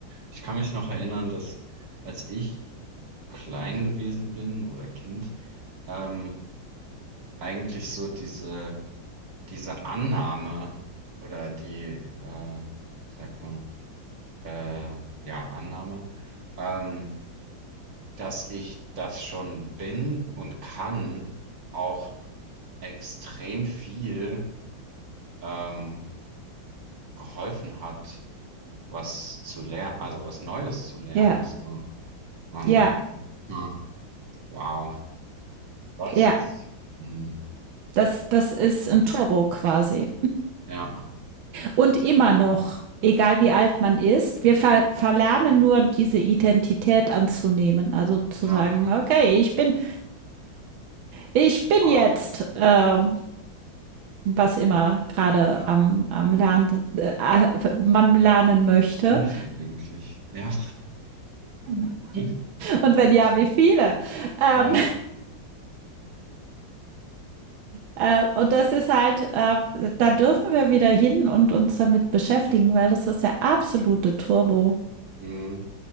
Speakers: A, on the right (about 65°); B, on the right (about 90°).
A: Ich kann mich noch erinnern, dass als ich klein gewesen bin oder Kind, ähm, eigentlich so diese, diese Annahme oder die, äh, wie sagt man, äh, ja, Annahme, ähm, dass ich das schon bin und kann, auch extrem viel ähm, geholfen hat, was zu lernen, also was Neues zu lernen.
B: ja,
A: So. Und
B: ja,
A: ähm, ja, wow, was
B: ja.
A: ist? mm,
B: Das, das ist ein Turbo quasi.
A: Ja,
B: Und immer noch, egal wie alt man ist, wir ver verlernen nur diese Identität anzunehmen. Also zu
A: ja.
B: sagen, okay, ich bin, ich bin
A: Wow,
B: jetzt, äh, was immer gerade
A: Ja.
B: am, am Lernen, äh, man lernen möchte.
A: was bin ich denn eigentlich? Ja. <laughs>
B: Und wenn ja, wie viele? Ähm,
A: Äh,
B: äh, und das ist halt, äh, da dürfen wir wieder hin und uns damit beschäftigen, weil das ist der absolute Turbo.
A: mhm.